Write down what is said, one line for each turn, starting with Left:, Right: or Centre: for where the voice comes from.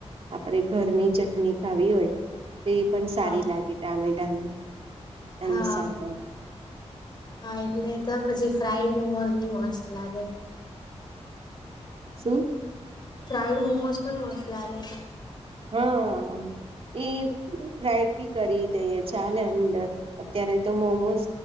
Right: આપણે ઘરની ચટણી ખાવી હોય તે પણ સારી
Left: હા.
Right: લાગે ટામે ટાનુ. એની
Left: હા
Right: સાથે.
Left: હા એટલે તો પછી ફ્રાઇડ મોમોઝ બી મસ્ત લાગે.
Right: શું.
Left: ફ્રાઇડ મોમોઝ પણ મસ્ત લાગે.
Right: હા એ. ફ્રઇડ બી કરી દઇએ ચાલે અંદર અત્યારે તો મોમોસ